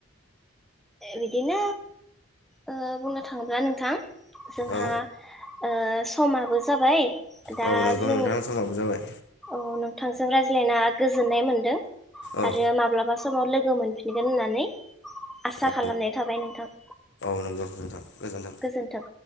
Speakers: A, in the centre; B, on the left.
A: बिदिनो ओ बुंनो थाङोब्ला नोंथां जोंहा
B: औ
A: ओं समाबो जाबाय। दा
B: औ नोंगौ
A: जों
B: नोंथां समाबो जाबाय।
A: औ नोंथांजों रायज्लायना गोजोननाय मोन्दों।
B: औ
A: आरो माब्ला समाव लोगो मोनफिनगोन होननानै आसा
B: औ
A: खालामनाय थाबाय नोंथां।
B: <unintelligible>
A: गोजोन्थों।